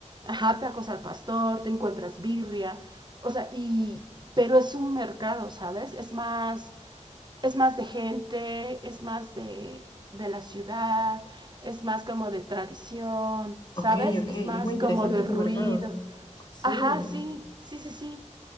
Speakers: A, on the right; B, on the left.
A: ajá, tacos al pastor, te encuentras birria, o sea, y pero es un mercado, ¿sabes? Es más es más de gente, es más de, de la ciudad, es más como de tradición,
B: Ok,
A: ¿sabes?
B: ok.
A: Es
B: Es
A: más
B: muy interesante
A: como de ruido.
B: ese mercado. Sí.
A: Ajá, sí, sí, sí, sí.